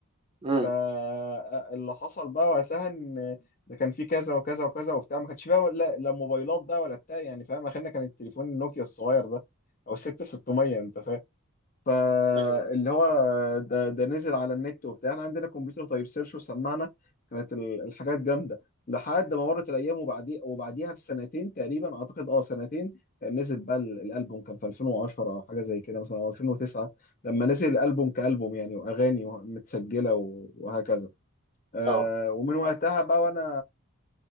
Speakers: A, on the right; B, on the left.
A: امم
B: فاللي حصل بقى وقتها ان ده كان في كذا وكذا وكذا وبتاع ما كانش فيها ولا لا موبايلات بقى ولا بتاع يعني فاهم اخرنا كان التليفون النوكيا الصغير ده او الست 600 انت فاهم فاللي
A: ايوه
B: هو ده, ده نزل على النت وبتاع احنا عندنا كمبيوتر طيب سيرش وسمعنا كانت ال- الحاجات جامده لحد ما مرت الايام وبعدي وبعديها بسنتين تقريبا اعتقد اه سنتين نزل بقى ال- الالبوم كان في 2010 او حاجه زي كده مثلا او 2009 لما نزل الالبوم كالبوم يعني واغاني متسجله و- وهكذا آه
A: اه
B: ومن وقتها بقى وانا